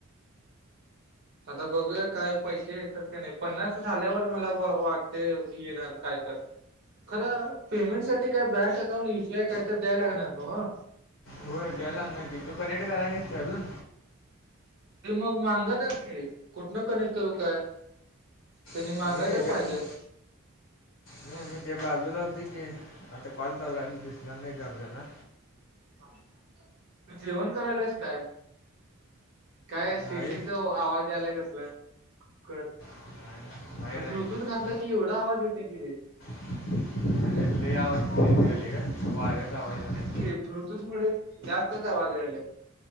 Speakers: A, on the right (about 50°); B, on the left (about 55°).
A: आता बघूया काय पैसे येतात का नाही पन्नास झाल्यावर मला वाटतय येणार काय तर. खरं पेमेंट साठी काय बँक अकाउंट, युपीआय काय तर द्यायला लागणार नव्ह?
B: हो द्यायलागणार की, तू कनेक्ट झाला नाहीसा अजून?
A: ते मग मांगा नात की. कुठनं कनेक्ट करू काय? त्यांनी
B: मी
A: मांगाय
B: ह्याच्यात
A: तर पाहिज्यात?
B: ना मी मी ते बाजूला होती की, आता कॉल चालु की आता दिसणार नाही आपल्याला.
A: तू जेवण करायलास काय? काय सिटीचं
B: नाही
A: आवाज यायलाय कसलं? कळ
B: नाही, बाहेर
A: ब्लुटूथ
B: आहे ते
A: घातलं की एवढा आवाज येतोय की रे.
B: अरे लय आवज यायला वार्याचा आवाज यालाय. <inaudible>
A: कि ब्लूटूथ मुळे जास्तच आवाज यायला.